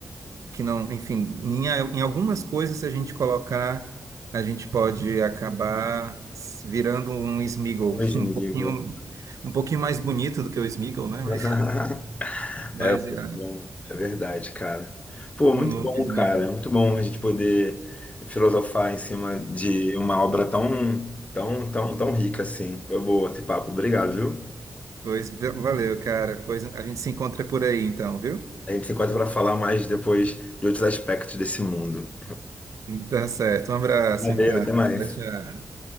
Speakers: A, on the right; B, on the left.
A: que não, enfim, em, a- em algumas coisas se a gente colocar A gente pode acabar s- virando um Smeagol,
B: Hoje,
A: <laughs> um
B: amigo.
A: pouquinho, um pouquinho mais bonito do que o Smeagol, né?
B: <laughs>
A: Mas vai
B: É muito
A: virar
B: bom, é verdade, cara. Pô, muito
A: um novo
B: bom,
A: Smeagol.
B: cara. é Muito bom a gente poder filosofar em cima de uma obra tão, tão, tão, tão rica assim. Foi boa esse papo. Obrigado, viu?
A: Pois va- valeu, cara. Pois a gente se encontra por aí então, viu?
B: A gente se encontra para falar mais depois de outros aspectos desse mundo.
A: Tá certo. Um abraço,
B: Valeu,
A: então.
B: até mais.
A: Tchau, tchau.